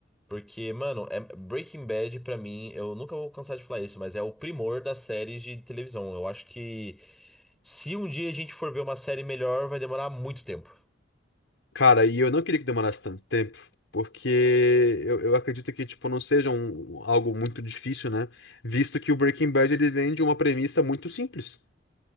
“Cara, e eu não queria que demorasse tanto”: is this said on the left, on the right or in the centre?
Left